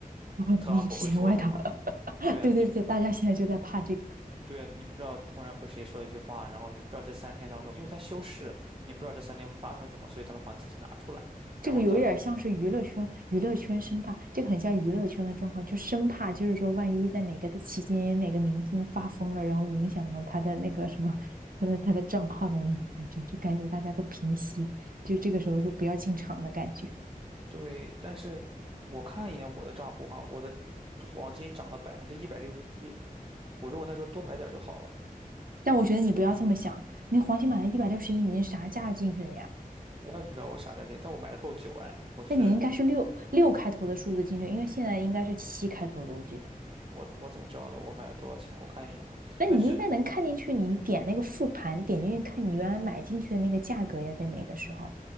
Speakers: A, on the right (about 70°); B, on the right (about 35°).
A: <laughs> 哦你提前外套，
B: 特朗普会说什么。
A: <laughs>
B: 对啊，
A: 对对对，
B: 你
A: 大家现在就在怕这个。
B: 对啊，你不知道突然会谁说一句话，然后你不知道这三天当中，因为他休市，你不知道这三天会发生什么，所以他们把资金拿出来，然后等。
A: 这个有一点像是娱乐圈，娱乐圈生怕，这个很像娱乐圈的状况，就生怕就是说，万一在哪个的期间，有哪个明星发疯了，然后影响了他的那个什么，他的他的账号的感觉，就感觉大家都平息，就这个时候就不要进场的感觉。
B: 对，但是我看了一眼我的账户哈，我的黄金涨了百分之一百六十一，我如果那时候多买点儿就好了。
A: 但我觉得你不要这么想，你黄金买的一百六十一，你是啥价进去的呀？
B: 我也不知道我啥价钱，但我买的够久哎。我是
A: 那你应该是六六开头的数字进去，因为现在应该是七开头的，我记得。
B: 我我怎么知道的？我买了多少钱？我看一眼啊。
A: 那你应该能看进去，
B: 但是
A: 你点那个复盘，点进去看你原来买进去的那个价格呀，在哪个时候？